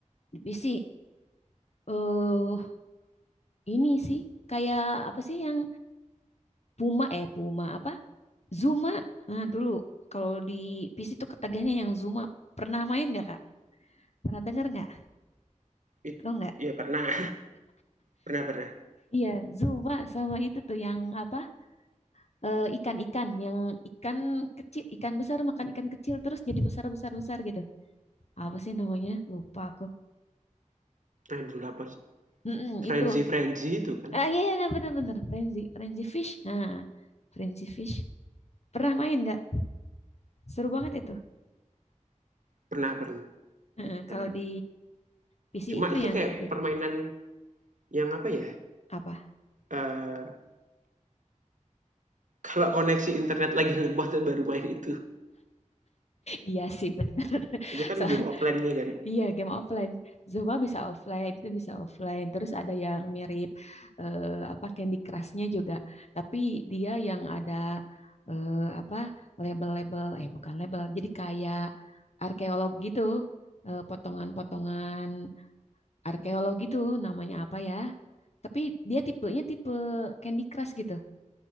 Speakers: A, on the left; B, on the right.
A: Tapi sih eh ini sih kayak apa sih yang Puma eh Puma apa? Zuma. Nah, dulu kalau di PC tuh ketagihnya yang Zuma. Pernah main nggak Kak? Pernah denger nggak?
B: It,
A: Lo nggak?
B: ya pernah, <laughs> pernah pernah.
A: Iya, Zuma sama itu tuh yang apa? eh, Ikan-ikan yang ikan kecil, ikan besar makan ikan kecil terus jadi besar-besar-besar gitu. Apa sih namanya? Lupa aku.
B: Aduh, apa?
A: Mm-mm,
B: Frenzy
A: itu.
B: Frenzy itu kan.
A: Ah iya, iya, nah, bener-bener. Frenzy, Frenzy Fish. Nah, Frenzy Fish. Pernah main nggak? Seru banget itu.
B: Pernah pernah
A: Heeh,
B: pernah.
A: kalau di PC
B: Cuma
A: itu
B: itu
A: yang
B: kayak
A: kayak gitu.
B: permainan yang apa ya
A: Apa?
B: Eee, kalau koneksi internet lagi lemah tuh baru main itu.
A: Iya sih bener. <laughs>
B: Itu kan
A: So,
B: game offline-nya kan.
A: Iya, game offline. zumba bisa offline, itu bisa offline. Terus ada yang mirip eh, apa Candy Crush-nya juga, tapi dia yang ada eh, apa label-label, eh bukan label, jadi kayak arkeolog gitu, Eh, potongan-potongan arkeolog gitu, namanya apa ya? Tapi dia tipenya tipe Candy Crush gitu,